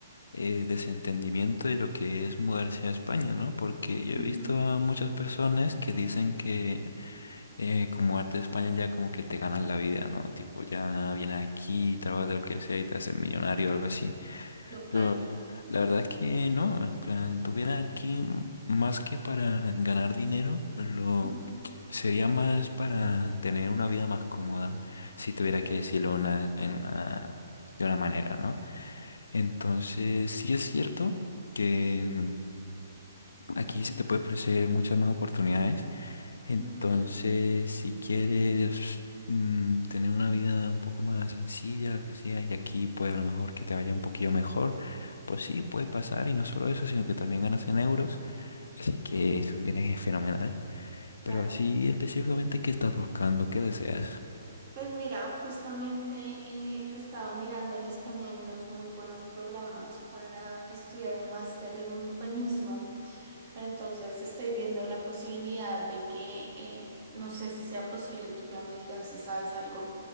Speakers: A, on the left (about 65°); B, on the right (about 35°).
A: eh, desentendimiento de lo que es mudarse a España, ¿no? Porque yo he visto
B: Ujú,
A: a muchas personas que dicen que eh, como arte de España ya como que te ganas la vida, ¿no? Tipo, ya vienes aquí, trabajas de lo que sea y te haces millonario o algo así.
B: Total.
A: Pero la verdad es que no, en plan, tuviera aquí más que para ganar dinero, lo
B: Ujú,
A: sería más para tener una vida más cómoda, si tuviera
B: Ok.
A: que decirlo una, en una, de una manera, ¿no? Entonces, sí es cierto que aquí se te puede ofrecer muchas más oportunidades entonces,
B: Ujú,
A: si quieres mm, tener una vida un poco más sencilla, lo que sea, y aquí pues a lo mejor que te vaya un poquillo mejor, pues sí, puede pasar, y no solo eso, sino que también ganas en euros, así que eso viene <laughs> fenomenal.
B: Claro.
A: Pero así específicamente, ¿qué estás buscando? ¿Qué deseas?
B: Pues mira, justamente eh, estaba mirando en España hay unos muy buenos programas para estudiar un máster en urbanismo, pero entonces estoy viendo la posibilidad de que, eh, no sé si sea posible, tú ya me dirás si sabes algo,